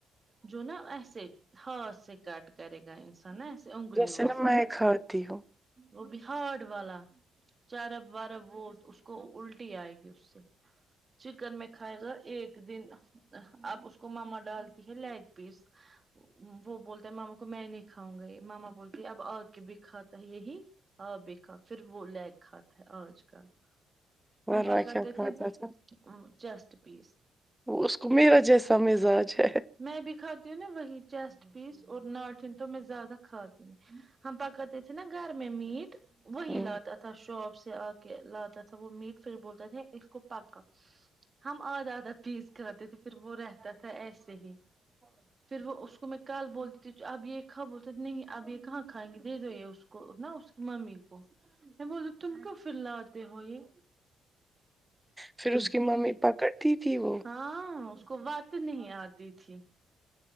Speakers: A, on the right; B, in the centre.
A: جو نا ایسے ہاتھ سے کٹ کرے گا انسان نا ایسے انگلیوں
B: جیسے نا
A: سے
B: میں کھاتی ہوں
A: وہ بھی ہارڈ والا چارب وارب وہ اس کو الٹی آئے گی اس سے چکن میں کھائے گا ایک دن آب اس کو ماما ڈالتی ہے لیگ پیس وہ بولتا ہے ماما کو میں نہیں کھاؤں گی ماما بولتی اب آ کے بھی کھاتا ہے یہی آ بکھا پھر وہ لیگ کھاتا ہے آج کل
B: ورنہ
A: ہم با کہتے
B: کیا کھاتا
A: تھے ا
B: تھا
A: چیسٹ پیس
B: وہ اس کو میرا جیسا مزاج ہے
A: میں بھی کھاتی ہوں نا وہی چیسٹ پیس اور ناٹن تو میں زیادہ کھاتی ہوں ہم پکا تے تھے نا گھر میں میٹ وہی
B: ہوں،
A: لاتا تھا شاپ سے آ کے لاتا تھا وہ میٹ پھر بولتے تھے اس کو پکا ہم آدھا آدھا پیز کھاتے تھے پھر وہ رہتا تھا ایسے ہی پھر وہ اس کو میں کل بولتی تھی اب یہ کھا بولتا نہیں اب یہ کہاں کھائیں گے دے دو یہ اس کو کو نا اس کی ممی کو بول تم کیوں پھر لاتے ہو یہ
B: پھر اس کی ممی پکڑتی تھی وہ
A: ہاں اس کو بات نہیں آتی تھی